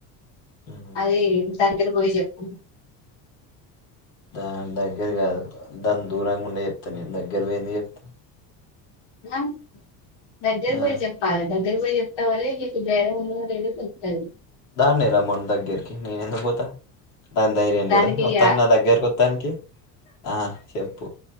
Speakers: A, on the left (about 80°); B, on the left (about 60°).
A: మ్మ్
B: అదే, దగ్గరపోయి చెప్పు.
A: దాని దగ్గర కాదు, దాన్ దూరంగా ఉండె చెప్తా నేను. దగ్గర పోయి ఎందుక్ చెప్తా?
B: <unintelligible> దగ్గర పోయి
A: ఆ
B: చెప్పాలే, దగ్ గ్గర పోయి చెప్తావనే, నీకు ధైర్యం ఉందో లేదో తెల్తది
A: దాన్నే రమ్మను దగ్గరికి, నేనెందుకు పోతా? దాని ధైర్యం
B: దానికి
A: లేదా ఒత్తాన్,
B: ఆ
A: నా దగ్గరకొత్తానికి. ఆ చెప్పు?